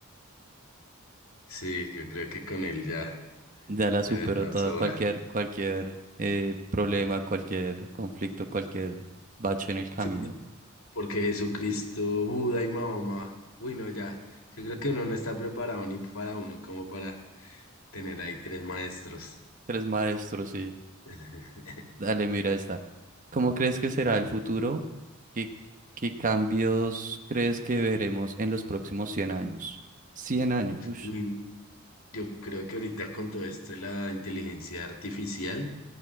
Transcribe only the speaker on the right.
Ya la superó
toda,
cualquier, cualquier eh, problema, cualquier conflicto, cualquier bache en el camino.
Tres maestros y
dale, mira esta. ¿Cómo crees que será el futuro? ¿Qué, qué cambios crees que veremos en los próximos 100 años? cien años, uff,